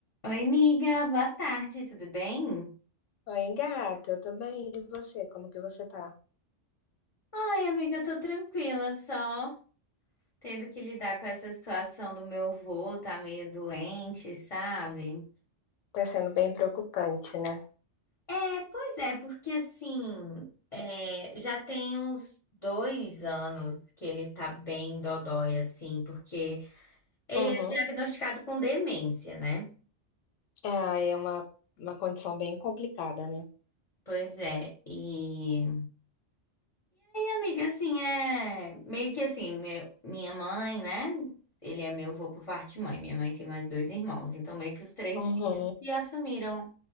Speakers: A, on the left; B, on the left.
A: Oi, amiga, boa tarde, tudo bem?
B: Oi, gata, eu tô bem. E você? Como que você tá?
A: Ai, amiga, eu tô tranquila, só tendo que lidar com essa situação do meu vô, tá meio doente, sabe?
B: Tá sendo bem preocupante, né?
A: É, pois é, porque assim, é, já tem uns dois anos que ele tá bem dodói, assim, porque ele
B: Uhum.
A: é diagnosticado com demência, né?
B: É, aí é uma, uma condição bem complicada, né?
A: Pois é, e. Amiga, assim, é meio que assim, meu- minha mãe, né? Ele é meu avô por parte de mãe. Minha mãe tem mais dois irmãos, então meio que os três
B: Uhum.
A: filhos que assumiram